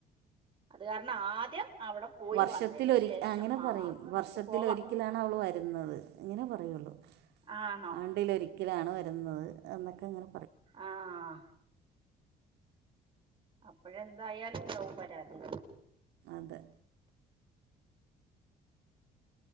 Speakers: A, on the right (about 30°); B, on the right (about 80°).
A: അത് കാരണം ആദ്യം അവിടെ പോയി
B: വർഷത്തിലൊ
A: വന്നതിന് ശേഷം
B: അങ്ങനെ
A: മാത്രം
B: പറയും വർഷത്തിൽ
A: നമുക്ക് പോവാ
B: ഒരിക്കലാണ് അവള് വരുന്നത് അങ്ങനെ പറയുള്ളൂ
A: ആണോ
B: ആണ്ടിലൊരിക്കലാണ് വരുന്നത് എന്നൊക്കെ ഇനെ
A: ആഹ അപ്പഴ എന്തായാലും ഉണ്ടാവും പരാതി
B: അതെ